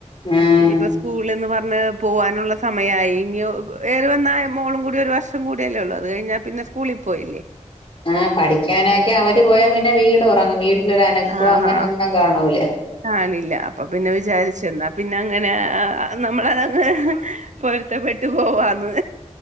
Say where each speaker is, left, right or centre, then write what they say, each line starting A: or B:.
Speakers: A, on the left; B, on the right.
A: ആഹ്
B: ഇനിയിപ്പൊ സ്കൂളീന്ന് വർ മ് പോവാനുള്ള സമയായി ഇനിയോ ഏറിവന്ന മോളുക്കൂടി ഒരു വർഷക്കൂടി അല്ലേയൊള്ളൂ അത് കഴിഞ്ഞാ പിന്നെ സ്കൂളിൽ പോയില്ലേ
A: ആ പഠിക്കാനൊക്കെ അവര് പോയാ പിന്നെ വീട് ഉറങ്ങും വീട് ല് ഒര് അനക്കവെ
B: ആഹാ
A: അങ്ങനെയെന്നും കാണൂല്ല
B: കാണില്ല അപ്പൊ പിന്നെ വിചാരിച്ച് എന്നാ പിന്നെ അങ്ങനെ ആ ആ നമ്മളതങ്ങ് പൊരുത്തപ്പെട്ടു പോവാന്ന്